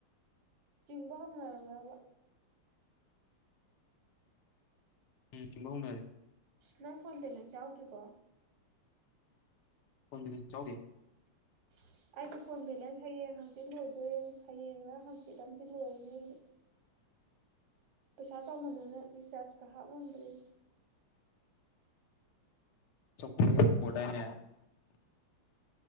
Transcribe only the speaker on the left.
ꯎꯝ ꯆꯤꯡꯕ ꯍꯧꯅꯔꯦ
<unintelligible>
ꯆꯞꯄꯗ ꯄꯨꯗꯥꯏꯅꯦ꯫